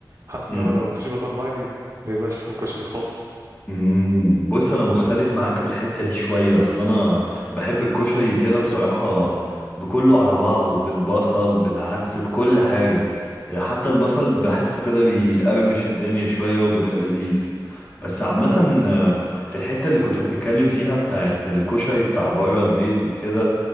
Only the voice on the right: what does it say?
حاسس
ان هو لو مفيش بصل مقلي ما يبقاش اسمه كشري خالص
ايوه